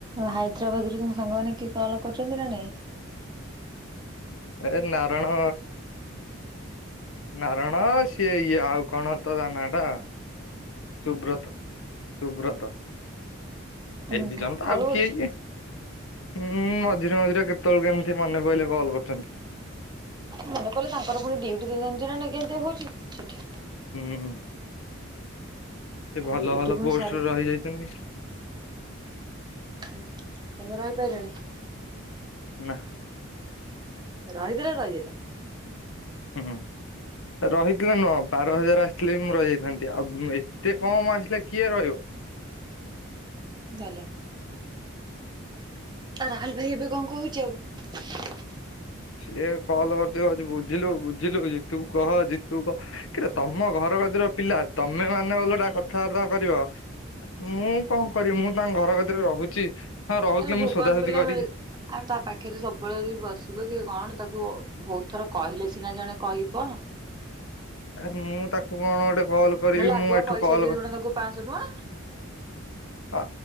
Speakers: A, on the right; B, on the left.
A: ହାଇଦ୍ରାବାଦ ରୁ ତମ ସାଙ୍ଗମାନେ କିଏ କଲ କରୁଛନ୍ତି ନା ନାଇଁ?
B: ଏ ନାରଣ ନାରଣ ସିଏ ଇଏ ଆଉ କଣ ତ ତା ନାଁ ଟା ସୁବ୍ରତ ସୁବ୍ରତ।
A: ଉୁଁ
B: ଏଇ ଦି
A: ହୁଁ
B: ଜଣତ
A: କଲ୍
B: ଆଉ
A: କରୁଛି?
B: କିଏ କି? ହୁଁ ମଝିରେ ମଝିରେ କେତେବେଳେ କେମିତି ମନେ ପଇଲେ କଲ୍ କରୁଛନ୍ତି।
A: ମନେ ପଇଲେ ତାଙ୍କର ପୁଣି ଡିଉଟି ଦି ଜାଣିଚୁନା ନାଇଁ କେମିତି ହଉଚି ସେଠି।
B: ହୁଁ। ସେ ଭଲ
A: ଡ୍ୟୁଟି
B: ଭଲ
A: ପୁଣି
B: ପୋଷ୍ଟରେ
A: ସାରି
B: ରହିଯାଇଚନ୍ତି।
A: ହୁଁ ହୁଁ ତମେ ରହିପାଇଲନି।
B: ନା।
A: ରହିଥିଲେ ରହିଯା
B: ହୁଁ। ରହିିଥିଲେ ନୁହଁ ବାର ହଜାର ଆସିଥିଲେ ବି ମୁଁ ରହିଯାଇଥାନ୍ତି। ଆଉ ଏତେ କମ ଆସିଲା କିଏ ରହିବ?
A: ଭଲ। ରାହୁଲ ଭାଇ ଏବେ କଣ କହୁଚୁ।
B: ସିଏ କଲ୍ କରୁଚି କହୁଚି ବୁଝିଲୁ ବୁଝିଲୁ ଜିତୁକୁ କହ ଜିିତୁକୁ କହ। କି ତମ ଘର କ ଆଜିର ପିଲା ତମେ ମାନେ ଓଲଟା କଥାବାର୍ତା କରିବ। ମୁଁ କଣ କରିବି ମୁଁ ତାଙ୍କ ଘର କତିରେ ରହୁଛି। ହଁ ରହୁଥିଲି
A: ଆରେ ଭୁବନ
B: ମୁଁ ସୋଦାସୋଦି
A: ପିଲା
B: କରିକି
A: ଆଉ ତା ପାଖରେ ସବୁବେଳେ ଯଦି ବସିବ କି କଣ ତାକୁ ବହୁତ ଥର କହିଲେ ସିନା ଜଣେ କହିବ।
B: ଆରେ ମୁଁ ତାକୁ କଣ ଗୋଟେ କଲ କରିବି।
A: ନହେଲେ
B: ମୁଁ
A: ଆଗୁଆ
B: ଏଠୁ
A: ପଇସା
B: କଲ
A: ଦେଇଦଉନ ତାକୁ ପାଞ୍ଚଶହ ଟଙ୍କା
B: ଆ